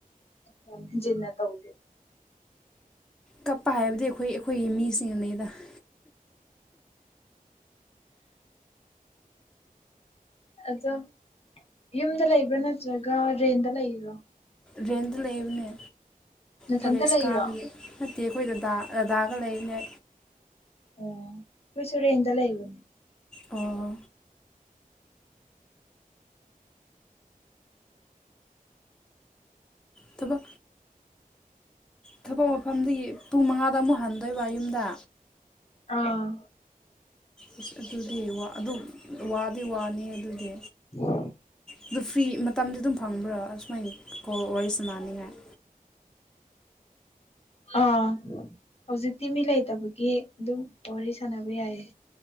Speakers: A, on the left (about 45°); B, in the centre.
A: ꯌꯥꯝꯖꯤꯟꯅ ꯇꯧꯗꯦꯕ
B: ꯀꯞꯄ ꯍꯥꯏꯕꯗꯤ ꯑꯩꯈꯣꯏ ꯑꯩꯈꯣꯏꯒꯤ ꯃꯤꯁꯤꯡꯅꯤꯩꯗ <inaudible>
A: ꯑꯗꯣ ꯌꯨꯝꯗ ꯂꯩꯕ꯭ꯔꯥ ꯅꯠꯇ꯭ꯔꯒ ꯔꯦꯟꯗ ꯂꯩꯕꯔꯣ
B: ꯔꯦꯟꯗ ꯂꯩꯕꯅꯦ
A: ꯅꯊꯟꯇ
B: ꯀꯣꯏꯂꯦꯖ
A: ꯂꯩꯔꯣ
B: ꯀꯥꯕꯒꯤ
A: ꯑꯣ
B: ꯅꯠꯇꯦ ꯑꯩꯈꯣꯏꯗ ꯗꯥ ꯔꯗꯥꯒ ꯂꯩꯅꯦ
A: ꯑꯣ ꯑꯩꯈꯣꯏꯁꯨꯨꯔꯦꯟꯗ ꯂꯩꯕꯅꯦ
B: ꯑꯣ ꯊꯕ ꯊꯕꯛ ꯃꯐꯝꯗꯒꯤ ꯄꯨꯡ ꯃꯉꯥꯗ ꯑꯃꯨꯛ ꯍꯟꯗꯣꯏꯕ ꯌꯨꯝꯗ
A: ꯑꯥ
B: ꯑꯁ ꯑꯗꯨꯗꯤ ꯑꯗꯨꯝ ꯋꯥꯗꯤ ꯋꯥꯅꯤ ꯑꯗꯨꯗꯤ
A: ꯎꯝ
B: ꯑꯗꯨ ꯐ꯭ꯔꯤ ꯃꯇꯝꯗꯤ ꯑꯗꯨꯝ ꯐꯪꯕ꯭ꯔꯥ ꯁꯨꯃꯥꯏꯅ ꯀꯣ ꯋꯥꯔꯤꯁꯦ ꯃꯥꯟꯅꯤꯡꯉꯥꯏ
A: ꯑꯥ ꯍꯧꯖꯤꯛꯇꯤ ꯃꯤ ꯂꯩꯇꯕꯒꯤ ꯑꯗꯨꯝ ꯋꯥꯔꯤ ꯁꯥꯟꯅꯕ ꯌꯥꯏꯌꯦ